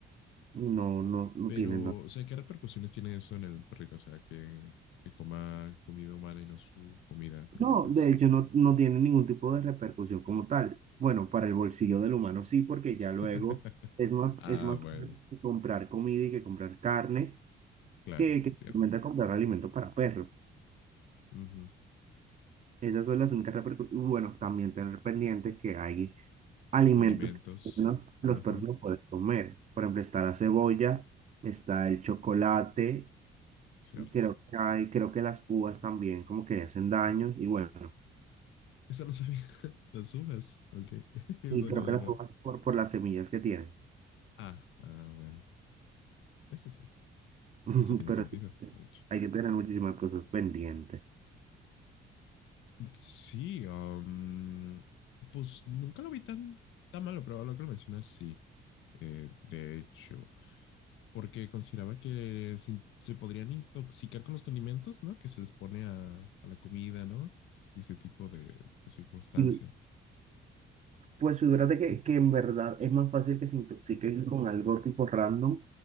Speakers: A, on the right; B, on the left.
A: No, no, no
B: Pero,
A: tiene nada.
B: o sea, ¿qué repercusiones tiene eso en el perrito? O sea, que, que coma comida humana y no su comida, croquetas.
A: No, de hecho no, no tiene ningún tipo de repercusión como tal. Bueno, para el bolsillo del humano sí, porque ya luego
B: <laughs>
A: es más,
B: Ah,
A: es más
B: bueno,
A: caro comprar comida y que comprar carne
B: claro,
A: que, que simplemente
B: cierto.
A: comprar alimento para perros.
B: Ujú.
A: Esas son las únicas repercusiones. Bueno, también tener pendiente que hay alimentos
B: Condimentos.
A: que los, los
B: Ajá,
A: perros no pueden comer. Por ejemplo, está la cebolla, está el chocolate,
B: cierto.
A: y creo que hay, creo que las uvas también como que le hacen daños y bueno.
B: Eso no sabía. <laughs> Las uvas. Ok. <laughs> Eso
A: Y creo
B: no, no,
A: que las
B: no.
A: uvas por, por las semillas que tienen.
B: Ah, ah, bueno. Eso sí.
A: <laughs>
B: Eso tiene
A: Pero
B: sentido,
A: sí,
B: de hecho.
A: hay que tener muchísimas cosas pendientes.
B: Sí, am, pues nunca lo vi tan, tan malo, pero ahora que lo mencionas, sí. Eh, de hecho, porque consideraba que se, se podrían intoxicar con los condimentos, ¿no? Que se les pone a, a la comida, ¿no? Y ese tipo de, de circunstancias.
A: Y, Pues figúrate que, que en verdad es más fácil que se intoxiquen con algo tipo random.